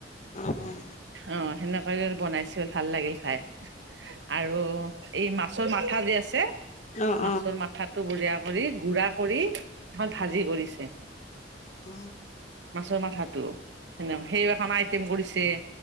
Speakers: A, on the left; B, on the right.
A: অ',
B: অ, সেনেকৈ বনাইছিল, ভাল লাগিল খাই। আৰু এই মাছৰ মাথা যে আছে
A: অ।
B: মাছৰ মাথাটো বঢ়িয়া কৰি গুড়া কৰি এখন ভাজি কৰিছে।
A: অ।
B: মাছৰ মাথাটো, সেনে সেই ৰকম আইটেম কৰিছে।